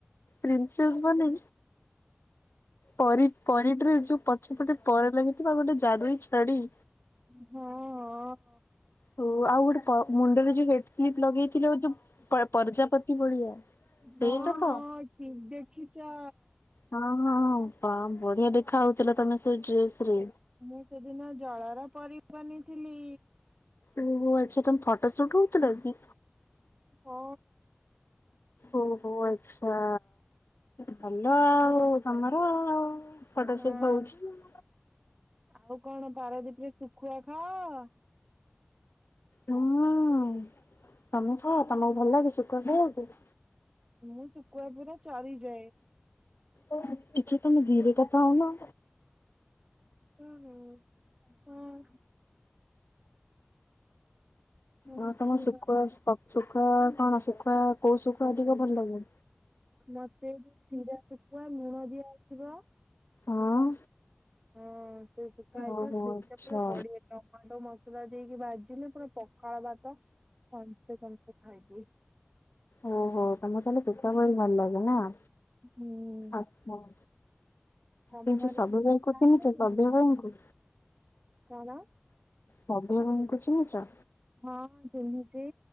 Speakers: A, on the left; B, on the right.
A: ପ୍ରିନ୍ସସେ ବନି ପରି ପରି ଡ୍ରେସ ଯୋଉଁ ପଛପଟେ ପର ଲାଗିଥିବ ଆଉ ଗୋଟେ ଯାଦୁଇ ଛଡି
B: ହଁ ଅଁ
A: ହୋ ଆଉ ଗୋଟେ ପର ମୁଣ୍ଡରେ ଯୋଉଁ ହେଡ କ୍ୱିଳ୍ପୀ ଲଗେଇଥିଲ ଯୋଉଁ ପ୍ର ପ୍ରଜାପତି ଭଳିଆ ସେଇଟା
B: ହଁ ହଁ
A: ତ
B: ଠିକ ଦେଖିଛ।
A: ହଁ ହଁ ହଁ ପା ବଢିଆ ଦେଖା ହଉଥିଲ ତମେ ସେ ଡ୍ରେସ ରେ।
B: ମୁଁ ସେଦିନ ଜଳର ପରି ବନିଥିଲି।
A: ଓ ହୋ ଆଚ୍ଛା ତମ ଫଟୋ ସୁଟ ହଉଥିଲା କି?
B: ହଁ
A: ଓ ହୋ ଆଚ୍ଛା। ଭଲ ଆଉଁ ତମର ଫଟୋ
B: ହଁ
A: ସୁଟ ହଉଛି ଆଉ।
B: ଆଉ କଣ ପାରାଦୀପରେ ଶୁଖୁଆ ଖାଅ?
A: ହଁ। ତମକୁ ତମକୁ ଭଲ ଲାଗେ ଶୁଖୁଆ ଖାଇବା ପାଇଁ।
B: ମୁଁ ଶୁଖୁଆ ପୁରା ଚରିଯାଏ।
A: ଓ ଆଚ୍ଛା ତମେ ଧିୀରେ କଥା ହଉନ।
B: ଓ ହୋ ହଁ ହୁଁ
A: ହଁ ତମ
B: କୁହ
A: ଶୁଖୁଆ ସଁ ସକ ଶୁଖା କଣ ଶୁଖୁଆ କୋଉଁ ଶୁଖୁଆ ଅଧିକ ଭଲ ଲାଗେ?
B: ମୋତେ ଯୋଉଁ ଚିରା ଶୁଖୁଆ ଲୁଣ ଦିଆହେଇଥିବ।
A: ହଁ
B: ହଁ ସେ ଶୁଖା ହେଇଥିବ।
A: ଓହୋ
B: ସେଇଟା
A: ଆଚ୍ଛା
B: ପୁରା ବଢିଆ ଟମାଟୋ ମସଲା ଦେଇକି ଭାଜିଲେ ପୁରା ପ ପଖାଳ ଭାତକଂସେ କଂସେ ଖାଇଯିବୁ।
A: ଓ ହୋ ତମକୁ ତାହେଲେ ଶୁଖୁଆ ବହୁତ ଭଲ ଲାଗେ ନାଁ।
B: ହୁଁ
A: ଆଚ୍ଛା।
B: ତମ
A: ଏଇ
B: ଘରେ
A: ଯୋଉଁ ସବ୍ୟ
B: ଶୁଖୁଆ
A: ଭାଇ କୁ
B: ଖାଆନ୍ତିନି
A: ଚିନୀହିଁଛ ସବ୍ୟ ଭାଇଙ୍କୁ
B: କଣ?
A: ସବ୍ୟ ଭାଇଙ୍କୁ ଚିନୀହିଁଛ?
B: ହଁ ହଁ ଚିନୀହିଁଛି।